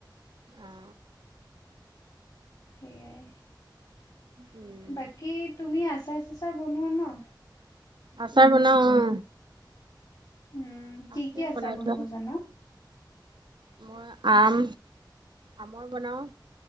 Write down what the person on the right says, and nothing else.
অ।
উম
আচাৰ বনাও অ।
আছে
বনাই
থোৱা
মই আম, আমৰ বনাওঁ,